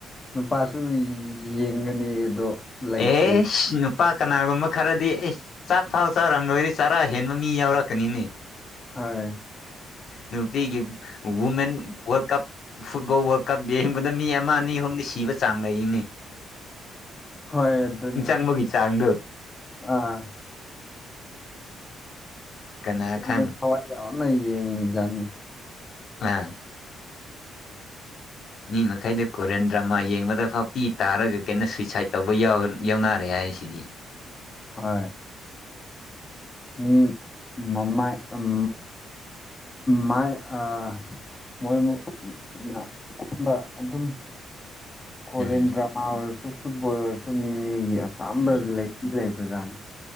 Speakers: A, on the left (about 25°); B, on the left (about 60°).
A: ꯅꯨꯄꯥꯁꯨ ꯌꯦꯡꯒꯅꯤ ꯑꯗꯣ ꯂꯩꯇ꯭ꯔꯦ
B: ꯑꯦꯁ ꯅꯨꯄꯥ ꯀꯅꯥꯒꯨꯝꯕ ꯈꯔꯗꯤ ꯑꯩ ꯆꯥꯛ ꯐꯥꯎ ꯆꯥꯔꯝ ꯂꯣꯏꯅꯦ ꯆꯥꯔꯥ ꯍꯦꯟꯕ ꯃꯤ ꯌꯥꯎꯔꯛꯀꯅꯤꯅꯦ
A: ꯍꯣꯏ
B: ꯅꯨ ꯄꯤꯒꯤ women world cup football world cup ꯌꯦꯡꯕꯗ ꯃꯤ ꯑꯃ ꯑꯅꯤ ꯑꯍꯨꯝꯗꯤ ꯁꯤꯕ ꯆꯥꯡ ꯂꯩꯅꯤ
A: ꯍꯣꯏ ꯑꯗꯨꯅꯤ
B: ꯆꯥꯡꯗꯣ
A: ꯑꯥ
B: ꯀꯅꯥ ꯈꯪ
A: ꯃꯣꯏ ꯊꯋꯥꯏ ꯌꯥꯎꯅ ꯌꯦꯡꯉꯤꯖꯥꯠꯅꯤ
B: ꯑꯥ ꯃꯤ ꯃꯈꯩꯗ ꯀꯣꯔꯦꯟ ꯗ꯭ꯔꯃꯥ ꯌꯦꯡꯕꯗ ꯐꯥꯎ ꯄꯤ ꯇꯥꯔꯒ ꯀꯩꯅ ꯁꯨꯋꯏꯁꯥꯏꯠ ꯇꯧꯕ ꯌꯥꯎꯅꯔꯦ ꯍꯥꯏ ꯁꯤꯗꯤ
A: ꯍꯣꯏ ꯃꯤ ꯃꯃꯥꯏ ꯎꯝ ꯃꯥꯏ ꯑ ꯃꯣꯏꯃꯝꯕ ꯑꯗꯨꯝ ꯀꯣꯔꯦꯟ
B: ꯎꯝ
A: ꯗ꯭ꯔꯃꯥ ꯑꯣꯏꯔꯁꯨ ꯐꯨꯠꯕꯣꯜ ꯑꯣꯏꯔꯁꯨ ꯃꯤ ꯃꯤꯒꯤ ꯑꯄꯥꯝꯕ
B: ꯎꯝ
A: ꯂꯩ ꯏꯂ ꯏꯕꯖꯥꯅ